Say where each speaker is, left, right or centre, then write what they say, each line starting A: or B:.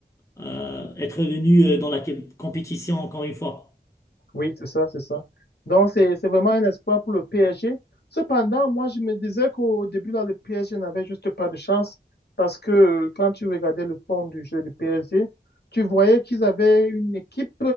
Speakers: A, on the left; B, on the left.
A: euh, être revenue euh, dans la compétition encore une fois.
B: Oui, c'est ça, c'est ça. Donc, c'est, c'est vraiment un espoir pour le PSG. Cependant, moi, je me disais qu'au début, là, le PSG n'avait juste pas de chance parce que euh, quand tu regardais le fond du jeu du PSG, tu voyais qu'ils avaient une équipe,